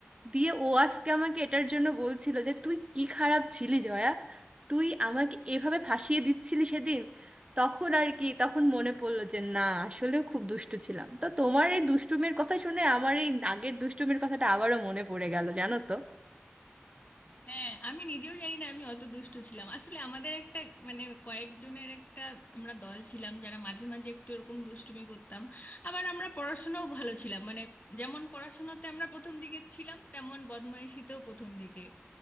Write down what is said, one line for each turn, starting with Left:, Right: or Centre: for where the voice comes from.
Right: দিয়ে ও আজকে আমাকে এটার জন্য বলছিল যে তুই কি খারাপ ছিলি জয়া তুই আমাকে এভাবে ফাঁসিয়ে দিচ্ছিলি সেদিন তখন আর কি তখন মনে পড়লো যে না আসলেও খুব দুষ্টু ছিলাম তো তোমার এই দুষ্টুমির কথা শুনে আমার এই আগের দুষ্টুমির কথাটা আবারও মনে পড়ে গেল জানো তো
Left: হ্যাঁ আমি নিজেও জানি না আমি অত দুষ্টু ছিলাম আসলে আমাদের একটা মানে কয়েকজনের একটা আমরা দল ছিলাম যারা মাঝে মাঝে একটু এরকম দুষ্টুমি করতাম আবার আমরা পড়াশোনাও ভালো ছিলাম মানে যেমন পড়াশোনাতে আমরা প্রথম দিকে ছিলাম তেমন বদমাইশিতেও প্রথম দিকে